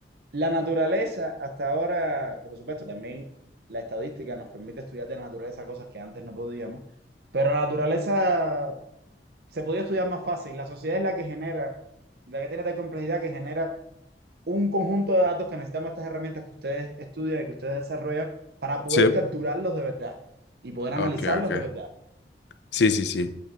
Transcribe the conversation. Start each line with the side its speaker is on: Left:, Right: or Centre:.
Right: la naturaleza, hasta ahora, que por supuesto también la estadística nos permite estudiar de la naturaleza cosas que antes no podíamos, pero la naturaleza se podía estudiar más fácil. La sociedad es la que genera, la que tiene tal complejidad que genera un conjunto de datos que necesitamos estas herramientas que ustedes estudian y que ustedes desarrollan para poder
Left: Sí.
Right: capturarlos de verdad y poder analizarlos
Left: Ok, ok.
Right: de verdad.
Left: Sí, sí, sí.